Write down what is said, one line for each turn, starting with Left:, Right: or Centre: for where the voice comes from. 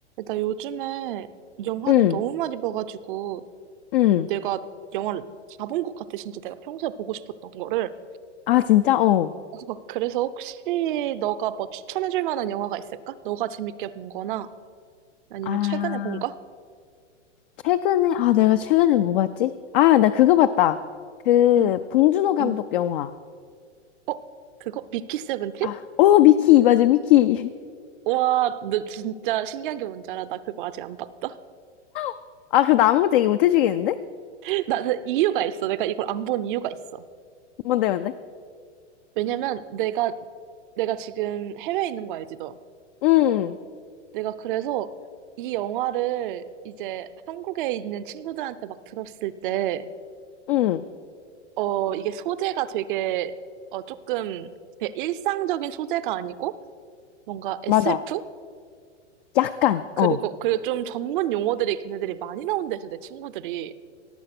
Right: 나 요즘에 영화를
Left: 응,
Right: 너무 많이 봐가지고
Left: 응.
Right: 내가 영화를 다 본 것 같아. 진짜 내가 평소에 보고 싶었던 거를.
Left: 아, 진짜? 어.
Right: 어, 그래서 혹시 너가 뭐 추천해줄 만한 영화가 있을까? 너가 재밌게 본 거나 아니면
Left: 아,
Right: 최근에 본 거?
Left: 최근에, 아, 내가 최근에 뭐 봤지? 아, 나 그거 봤다. 그,
Right: 응,
Left: 봉준호 감독
Right: 응.
Left: 영화.
Right: 어? 그거? 미키 세븐틴?
Left: 아, 어, 미키, 맞아, 미키.
Right: 와, 너 진짜 신기한 게 뭔지 알아? 나 그거 아직 안 봤다.
Left: <laughs> 아, 그럼 나 아무것도 얘기 못 해주겠는데?
Right: <laughs> 나, 나 이유가 있어. 내가 이걸 안 본 이유가 있어.
Left: 뭔데, 뭔데?
Right: 왜냐면 내가 내가 지금 해외에 있는 거 알지, 너?
Left: 응,
Right: 내가 그래서 이 영화를 이제 한국에 있는 친구들한테 막 들었을 때,
Left: 응,
Right: 어, 이게 소재가 되게, 어, 조금 되게 일상적인 소재가 아니고, 뭔가 SF?
Left: 맞아. 약간,
Right: 그리고,
Left: 어.
Right: 그리고 좀 전문 용어들이 걔네들이 많이 나온대서 내 친구들이.